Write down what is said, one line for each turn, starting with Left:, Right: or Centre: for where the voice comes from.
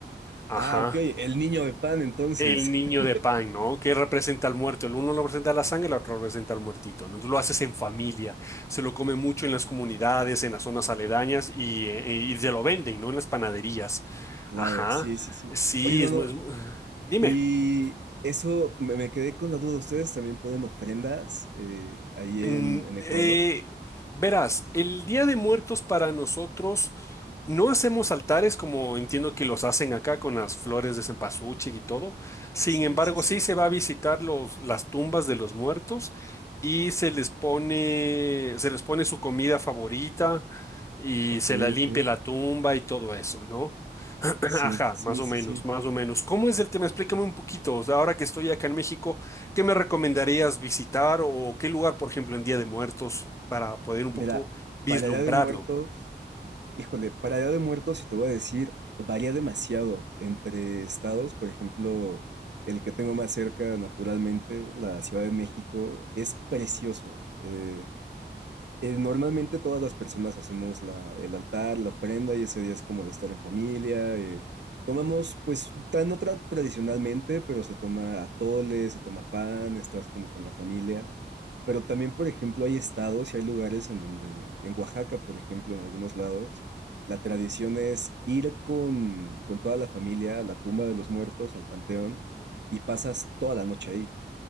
Left: Ajá.
Right: Ah, ok, el niño de pan, entonces.
Left: El niño
Right: <laughs>
Left: de pan, ¿no? Que representa al muerto. El uno lo representa la sangre, el otro representa al muertito, ¿no? Entonces lo haces en familia. Se lo come mucho en las comunidades, en las zonas aledañas y, eh, y se lo venden, ¿no? En las panaderías.
Right: Claro,
Left: Ajá.
Right: sí, sí, sí.
Left: Sí,
Right: Oye, no,
Left: es,
Right: no,
Left: muy- es muy- Dime.
Right: y eso me, me quedé con la duda. ¿Ustedes también ponen ofrendas eh, ahí
Left: Mm,
Right: en, en Ecuador?
Left: eh, verás, el Día de Muertos para nosotros no hacemos altares como entiendo que los hacen acá con las flores de cempasúchil y todo. Sin
Right: Sí,
Left: embargo,
Right: sí, sí.
Left: sí se va a visitar los, las tumbas de los muertos y se les pone, se les pone su comida favorita y
Right: Ok,
Left: se la limpia
Right: ok.
Left: la tumba y todo eso, ¿no?
Right: Sí,
Left: Ajá,
Right: sí,
Left: más o
Right: sí,
Left: menos,
Right: sí.
Left: más o menos. ¿Cómo es el tema? Explícame un poquito. O sea, ahora que estoy acá en México, ¿qué me recomendarías visitar o qué lugar, por ejemplo, en Día de Muertos para poder un
Right: Mira,
Left: poco vislumbrarlo?
Right: para Día de Muertos, híjole, para Día de Muertos, si te voy a decir, varía demasiado entre estados. Por ejemplo, el que tengo más cerca, naturalmente, la Ciudad de México, es precioso. Eh, Eh, normalmente todas las personas hacemos la, el altar, la ofrenda y ese día es como de estar en familia. eh, tomamos, pues, tan no tra- tradicionalmente, pero se toma atole, se toma pan, estás como con la familia. Pero también, por ejemplo, hay estados y hay lugares en donde, en Oaxaca, por ejemplo, en algunos lados, la tradición es ir con, con toda la familia a la tumba de los muertos, al panteón, y pasas toda la noche ahí.